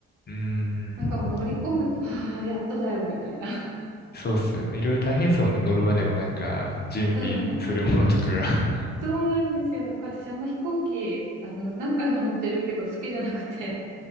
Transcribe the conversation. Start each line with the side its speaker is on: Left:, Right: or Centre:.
Left: うーん。
Right: なんかもう乗り込むと、ああ、やっとだよみたいな。<laughs>
Left: そうっすよね。いろいろ大変そうね。乗るまでのなんか、準備するものとかが。
Right: そうなんですよ。
Left: <laughs>
Right: そうなんですよ。なんか私あんま飛行機、あの、何回も乗ってるけど好きじゃなくて、